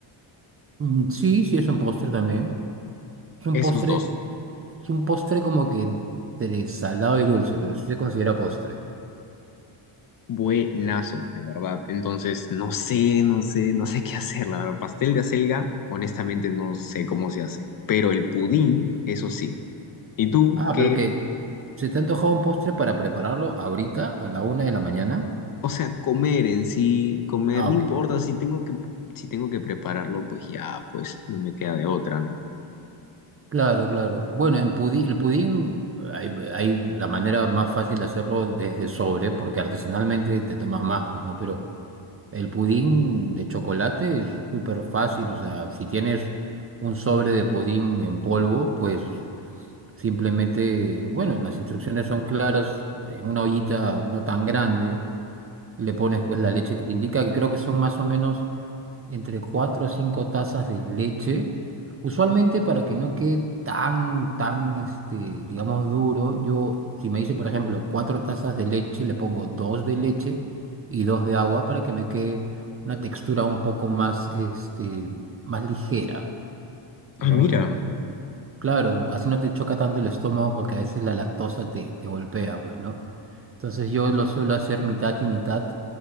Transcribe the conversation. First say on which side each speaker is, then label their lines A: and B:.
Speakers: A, on the right (about 30°); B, on the left (about 45°).
A: Mm, Sí, sí, es un postre también. Es un
B: Esos
A: postre,
B: dos,
A: es un postre como que entre salado y dulce, pero sí se considera postre.
B: buenazos, de verdad. Entonces, no sé, no sé, no sé qué hacer, la verdad. Pastel de acelga, honestamente no sé cómo se hace. Pero el pudín, eso sí. ¿Y tú
A: Ah,
B: qué?
A: pero que, ¿se te ha antojado un postre para prepararlo ahorita, a la una de la mañana?
B: O sea, comer en sí, comer,
A: Ah,
B: no
A: ok.
B: importa, si tengo que, si tengo que prepararlo, pues ya, pues no me queda de otra, ¿no?
A: Claro, claro. Bueno, en pudi- el pudín hay, hay la manera más fácil de hacerlo desde sobre, porque artesanalmente te toma más, pues, ¿no? Pero el pudín de chocolate es súper fácil, o sea, si tienes un sobre de pudín en polvo, pues simplemente, bueno, las instrucciones son claras, en una ollita no tan grande, le pones pues la leche que te indica, que creo que son más o menos entre 4 o 5 tazas de leche. Usualmente para que no quede tan, tan, este, digamos, duro, yo, si me dice, por ejemplo, 4 tazas de leche, le pongo 2 de leche y 2 de agua para que me quede una textura un poco más, este, más ligera, ¿no?
B: Ah, mira.
A: Entonces, claro, así no te choca tanto el estómago porque a veces la lactosa te, te golpea, pues, ¿no? Entonces yo lo suelo hacer mitad y mitad.